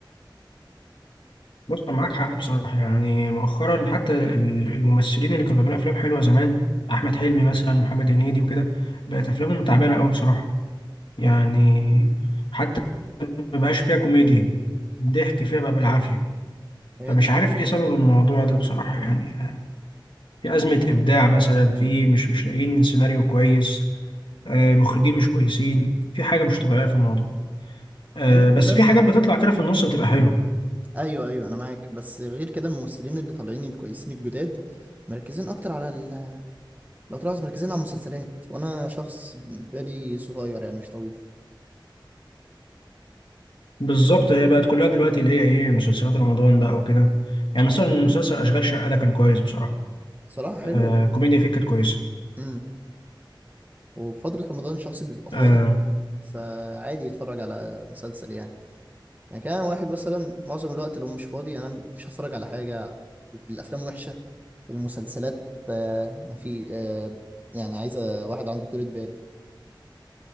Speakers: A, on the left; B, on the right.
A: بص أنا معاك حق بصراحه يعني مؤخرا حتى ال- الممثلين اللي كانوا بيعملوا افلام حلوه زمان احمد حلمي مثلا محمد هنيدي وكده بقت افلامهم تعبانه قوي بصراحه يعني حتى ما بقاش فيها كوميديا ضحك فيها بقى بالعافيه
B: هي
A: فمش
B: دي المشكله
A: عارف ايه سبب
B: فعلا
A: الموضوع ده بصراحه يعني في ازمه ابداع مثلا في مش مش لاقيين سيناريو كويس آه، مخرجين مش كويسين في حاجه مش طبيعيه في الموضوع آه،
B: غير كده
A: بس في حاجات بتطلع كده في النص بتبقى حلوه
B: ايوه ايوه انا معاك بس غير كده الممثلين اللي طالعين الكويسين الجداد مركزين اكتر على ال- لو طلعت مركزين على المسلسلات وانا شخص بالي صغير يعني مش طويل
A: بالظبط هي بقت كلها دلوقتي اللي هي ايه مسلسلات رمضان بقى وكده يعني
B: امم
A: مثلا مسلسل اشغال شقه ده كان كويس بصراحه
B: صراحة حلو
A: آه كوميديا فيه كانت كويسه
B: امم وفترة رمضان الشخص بيبقى فاضي
A: آه
B: فعادي يتفرج على مسلسل يعني يعني كان واحد مثلا معظم الوقت لو مش فاضي انا مش هتفرج على حاجة الافلام وحشة المسلسلات آه، ما في آه، يعني عايزة واحد عنده طولة بال